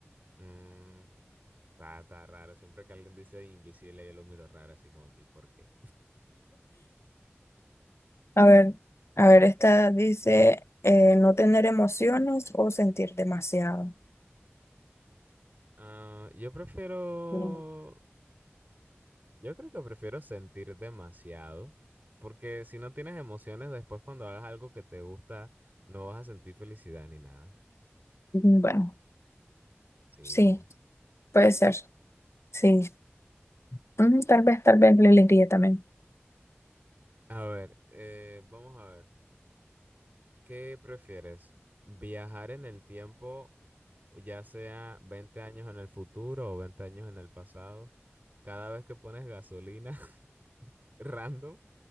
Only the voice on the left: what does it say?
A ver, a ver, esta dice eh, no tener emociones o sentir demasiado.
Mm.
Bueno,
sí, puede ser, sí. Mm, tal vez, tal vez le elegiría también.